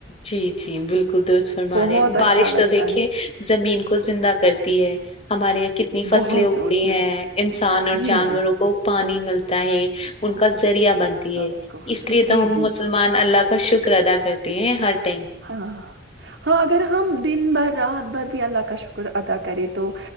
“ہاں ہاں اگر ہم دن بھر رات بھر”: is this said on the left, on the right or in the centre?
Right